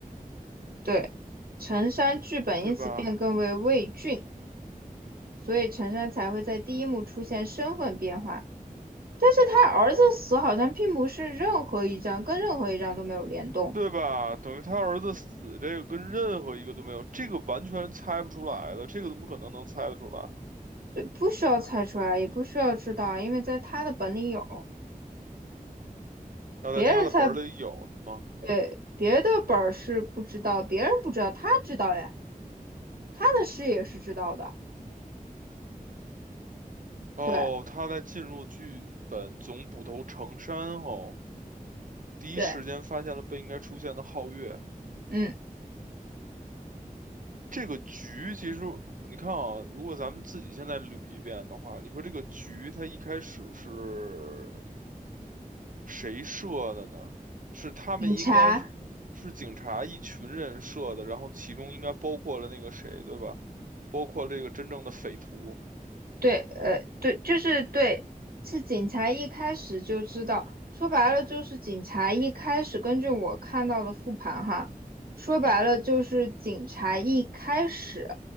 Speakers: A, on the right (about 85°); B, on the right (about 60°).
A: 对，陈山剧本因此变更为魏俊，
B: 对吧？
A: 所以陈山才会在第一幕出现身份变化。但是他儿子死好像并不是任何一张跟任何一张都没有联动，
B: 对吧？等于他儿子死，这个跟任何一个都没有，这个完全猜不出来的，这个怎么可能能猜得出来？
A: 对，不需要猜出来，也不需要知道，因为在他的本里有，
B: 要在他的本儿里有是吗？
A: 别人猜。对，别的本儿是不知道，别人不知道，他知道呀，他的事也是知道的。
B: 哦，
A: 对
B: 他在进入剧本总捕头程山后，第一时间发现了不应该出现的皓月。
A: 对，嗯，
B: 这个局其实你看啊，如果咱们自己现在捋一遍的话，你说这个局它一开始是谁设的呢？是他们应该是是警察一群人设的，
A: 警察。
B: 然后其中应该包括了那个谁，对吧？包括这个真正的匪徒，
A: 对，呃，对，就是对，是警察一开始就知道，说白了就是警察一开始根据我看到的复盘哈，说白了就是警察一开始